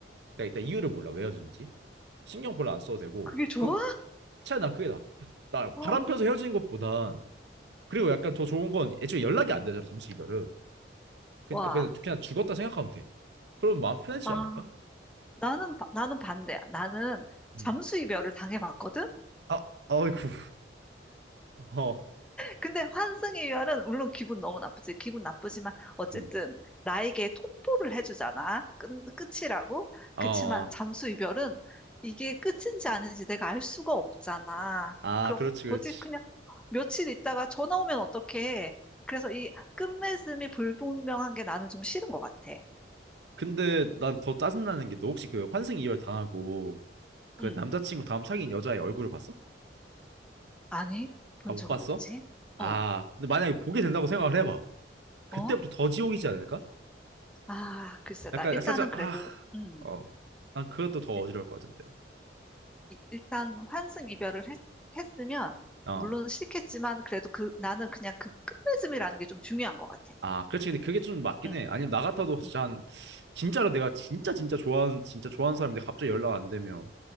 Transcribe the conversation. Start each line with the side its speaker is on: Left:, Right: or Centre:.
Right: 내가 일단 이유를 몰라 왜 헤어지는지 신경 별로 안 써도 되고
Centre: 그게 좋아?
Right: 그 차라리 난 그게 나아 나
Centre: 어,
Right: 바람 펴서 헤어지는 것보단 그리고 약간 더 좋은 건 애초에 연락이 안 되잖아 잠수 이별은 그러니까
Centre: 와,
Right: 그냥 그냥 죽었다 생각하면 돼 그럼 마음 편해지지
Centre: 아,
Right: 않을까?
Centre: 나는, 바- 나는 반대야. 나는
Right: 음.
Centre: 잠수 이별을 당해봤거든?
Right: 아, 아이고. 어.
Centre: 근데 환승 이별은 물론 기분 너무 나쁘지. 기분 나쁘지만 어쨌든
Right: 음.
Centre: 나에게 통보를 해주잖아. 끝, 끝이라고.
Right: 어,
Centre: 그치만 잠수 이별은 이게 끝인지 아닌지 내가 알 수가 없잖아.
Right: 아,
Centre: 그렇,
Right: 그렇지, 그렇지.
Centre: 뭐지? 그냥 며칠 있다가 전화 오면 어떡해. 그래서 이 끝맺음이 불분명한 게 나는 좀 싫은 것 같아.
Right: 근데 난 더 짜증나는 게 너 혹시 그 환승 이별 당하고 그
Centre: 응.
Right: 남자친구 다음 사귄 여자의 얼굴을 봤어?
Centre: 아니, 본
Right: 아, 못
Centre: 적은
Right: 봤어?
Centre: 없지?
Right: 아,
Centre: 어.
Right: 근데 만약에 보게 된다고 생각을 해봐. 그때부터
Centre: 어?
Right: 더 지옥이지 않을까?
Centre: 아, 글쎄, 나
Right: 약간
Centre: 일단은
Right: 살짝
Centre: 그래도,
Right: 아,
Centre: 음,
Right: 어, 난 그것도 더
Centre: 일-
Right: 어지러울 것 같은데.
Centre: 일- 일단 환승 이별을 했, 했으면,
Right: 어,
Centre: 물론 싫겠지만, 그래도 그, 나는 그냥 그 끝맺음이라는 게 좀 중요한 것 같아.
Right: 아, 그렇지. 근데 그게 좀 맞긴
Centre: 음,
Right: 해. 아니면 나 같아도 진짜
Centre: 음,
Right: 한, 진짜로 내가 진짜 진짜 좋아하는 진짜 좋아하는 사람인데 갑자기 연락 안 되면